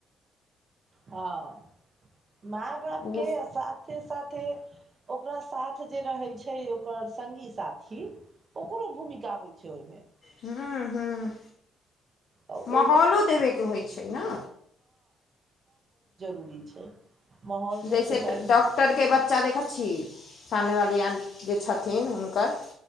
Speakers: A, on the right; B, on the left.
A: हँ, माय-बापक
B: ओ
A: अवस्था। साथे साथे ओकरा साथ जे रहै छै ओकर सङ्गी साथी ओकरो भूमिका होइ छै ओहिमे
B: हम्म हम्म
A: तऽ
B: माहौल
A: ओहो स-
B: देबे के होछै न
A: पूरी छै माहौल
B: जैसे
A: सबसँ पहिले
B: डाॅक्ट ॉक्टरके बच्चा देखै छी सामनेवाली जे छथिन हुनकर